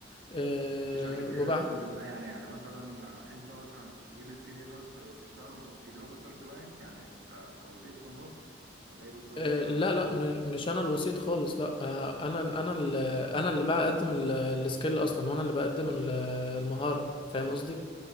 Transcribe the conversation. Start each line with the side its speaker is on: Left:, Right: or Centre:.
Left: آه،
Right: بشكل فريلانسنج
Left: وبعد
Right: ازاي يعني يعني مثلا آه، انت مثلا تجيب الفريلانسر وتشتغل وتجيب لهم انت الكلاينت يعني ك- كوسيط في النص ولا ايه بالظبط
Left: آه،
Right: مش فاهم
Left: لا
Right: الحته
Left: لا
Right: دي
Left: م- مش انا الوسيط خالص لا آه، انا انا اللي انا اللي بقدم السكيل اصلا وانا اللي بقدم ال- المهارة فاهم قصدي